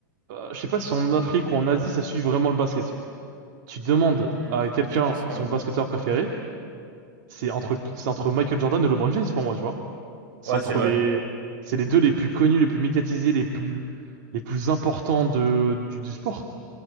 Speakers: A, on the right; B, on the right.
A: euh, je sais pas si en Afrique ou en Asie, ça suit vraiment le basket. Tu demandes
B: Hmm,
A: à quelqu'un
B: Je pense quand
A: son
B: même.
A: basketteur préféré, c'est entre, c'est entre Michael Jordan et LeBron James pour moi, tu vois. C'est
B: Ouais,
A: entre
B: c'est vrai.
A: les, c'est les deux les plus connus, les plus médiatisés, les plus, les plus importants de, du, du sport.